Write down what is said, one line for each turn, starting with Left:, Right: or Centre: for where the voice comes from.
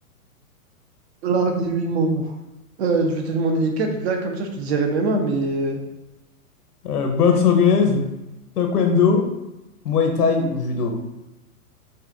Right: L'art des huit membres. Euh, je vais te demander les quatre, là, comme ça, je te dirais MMA, mais... euh,
Left: Euh, boxe anglaise, taekwondo, muay thai ou judo?